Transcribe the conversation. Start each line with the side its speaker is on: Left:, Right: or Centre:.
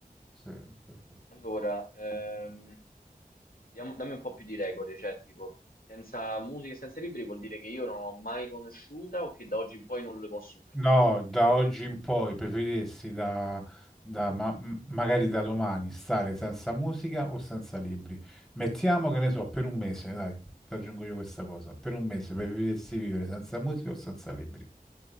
Centre: sì, sì, sì.
Left: Allora, ehm, diamo- dammi un po' più di regole, cioè tipo, senza musica e senza libri vuol dire che io non l'ho mai conosciuta o che da oggi in poi non le posso mai
Centre: No,
Left: più vedere.
Centre: da oggi in poi preferiresti da, da ma- m- magari da domani stare senza musica o senza libri? Mettiamo
Left: Mm.
Centre: che ne so, per un mese, dai, ti aggiungo io questa cosa. Per un mese preferiresti vivere senza musica o senza libri?